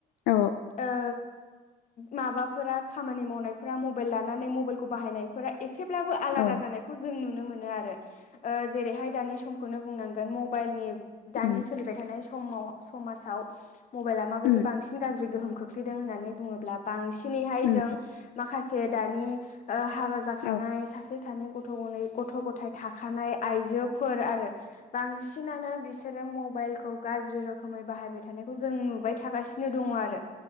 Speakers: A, on the left (about 85°); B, on the left (about 50°).
A: औ
B: ओ माबाफोरा खामानि मावनायफोरा मबेल लानानै मबेलखौ बाहायनायफोरा एसेब्लाबो आलादा
A: औ औ
B: जानाय खौ जों नुनो मोनो आरो ओ जेरैहाय दानि समखौनो बुंनांगोन मबाइलनि
A: उम
B: दानि सोलिबाय थानाय समाव समाजाव मबाइला माबायदि
A: उम
B: बांसि न गाज्रि गोहोम खोख्लैदों होननानै बुङोब्ला बांसिनैहाय
A: औ
B: जों माखा से दानि ओ हाबा जाखानाय
A: औ उम औ उम औ
B: सासे सानै गथ' गनै गथ' ग थाय थाखानाय आइजोफोर आरो बांसिनानो बि सोरो मबाइल खौ गाज्रि रोखोमै बाहायबाय थानायखौ जों नुबाय थागासिनो दङ आरो